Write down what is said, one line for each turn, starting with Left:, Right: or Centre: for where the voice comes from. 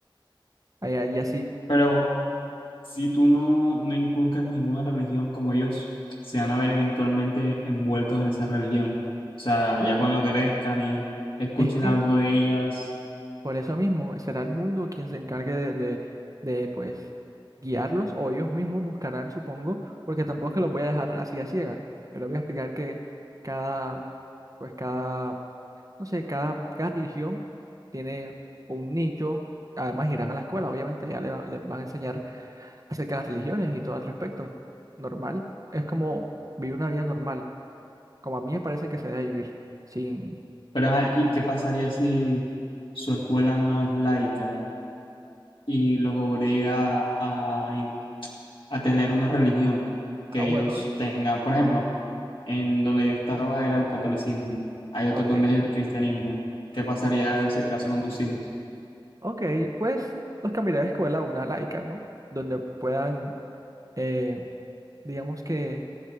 Right: Ay- Y así.
Left: Pero si tú no, no inculcas ninguna religión como ellos, se van a ver eventualmente envueltos en esas religiones. O sea,
Right: Claro.
Left: ya cuando crezcan y escuchen
Right: Es que
Left: algo de ellas.
Right: por eso mismo será el mundo quien se encargue de, de, de, pues guiarlos o ellos mismos buscarán, supongo, porque tampoco es que los voy a dejar así a ciegas. Yo les voy a explicar que cada, pues cada, no sé, cada, cada religión tiene un nicho. Además irán a la escuela, obviamente ya le va- les, van a enseñar acerca de las religiones y todo al respecto. Normal. Es como vivir una vida normal, como a mí me parece que se debe vivir, sin...
Left: Pero, ajá, ¿y qué pasaría si su escuela no es laica y los obliga a, a tener una religión
Right: Ah,
Left: que
Right: bueno,
Left: ellos tengan? Por ejemplo, en donde yo estaba era el catolicismo, hay otros
Right: ok.
Left: donde es el cristianismo. ¿Qué pasaría en ese caso con tus hijos?
Right: Ok, pues los cambiaré de escuela a una laica, ¿no? Donde puedan, eh, digamos que,